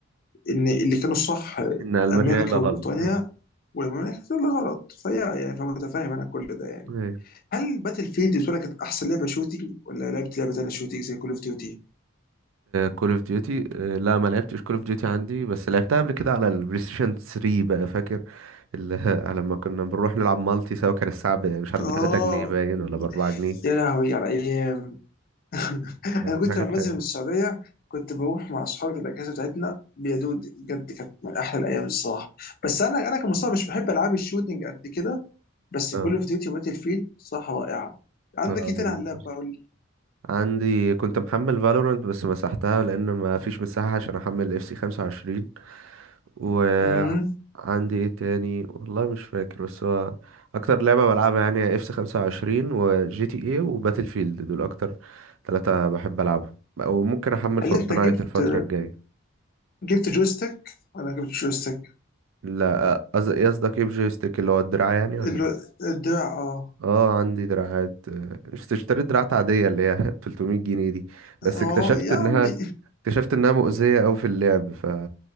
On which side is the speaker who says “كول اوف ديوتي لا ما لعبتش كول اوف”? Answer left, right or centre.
Right